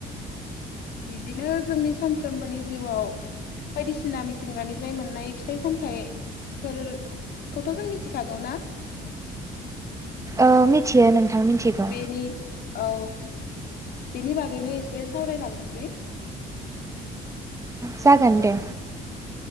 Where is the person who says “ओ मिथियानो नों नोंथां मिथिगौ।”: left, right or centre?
Right